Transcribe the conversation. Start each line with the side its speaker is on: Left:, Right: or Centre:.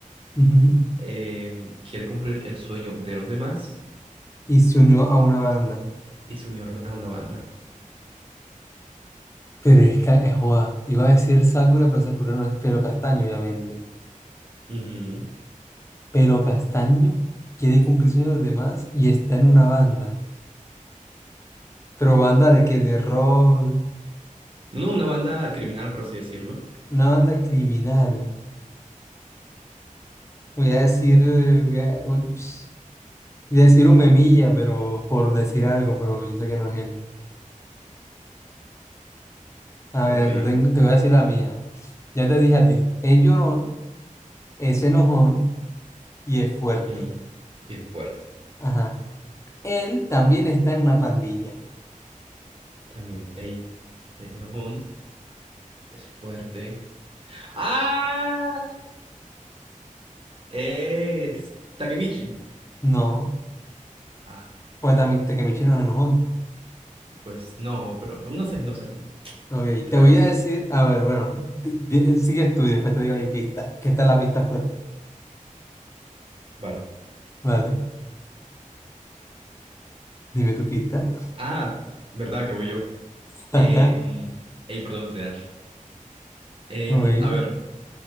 Left: ujú.
Right: em, quiere cumplir el sueño de los demás
Left: Y se unió a una banda.
Right: y se unió a una banda.
Left: Pero es que, eh, joda, iba a decir Sakura, pero Sakura no es pelo castaño, obviamente.
Right: Ujú.
Left: pelo castaño quiere cumplir sueños de los demás y está en una banda. Pero banda de que de rock,
Right: No, una banda criminal, por así decirlo.
Left: una banda criminal. Voy a decir, eh, voy a, uy, sh- voy a decir un memilla, pero por decir algo, pero yo sé que no es él. A
Right: Ok.
Left: ver, te, tengo- te voy a decir la mía. Ya te dije a ti, es llorón, es enojón y es fuerte.
Right: ujú, Y es fuerte.
Left: Ajá. Él también está en una pandilla.
Right: También está, ey, es enojón, es fuerte. ¡Ah! Es Takemichi.
Left: No,
Right: Ah,
Left: pues también te que me echen enojón.
Right: pues no, pero no sé, no sé.
Left: Ok, te
Right: Rayos.
Left: voy a decir, a ver, bueno, te- bien, sigues tú y después te digo mi pista, que esta es la pista fuerte,
Right: Vale.
Left: ¿vale? Dime tu pista.
Right: Ah, verdad que voy yo.
Left: <laughs>
Right: Em, ey, perdón, TH. Em,
Left: Ok,
Right: a ver.